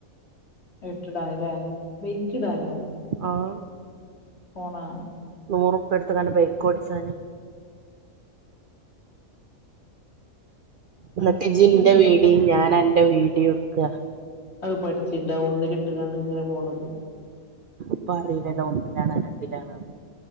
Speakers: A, on the left; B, on the right.
A: <unintelligible>
B: ആഹ്
A: പോണാ
B: നൂറ്പ്പ്യ എടുത്ത് ഇങ്ങാണ്ട് ബൈക്ക് ഓടിച്ചാന് എനിട്ട്
A: അറിയില്ല
B: ഇജ്ജ് ന്റെ
A: എന്താപ്പ
B: വീടീം ഞാൻ എന്റെ വീഡിയോ എടുക്ക
A: അത് പഠിച്ചിണ്ടാ ഒന്നിലിട്ട് കാണ്ട് ഇങ്ങനെ പോണത്
B: ഇപ്പ അറിയിലല്ലോ ഒന്നിലാണോ രണ്ടിലാണോ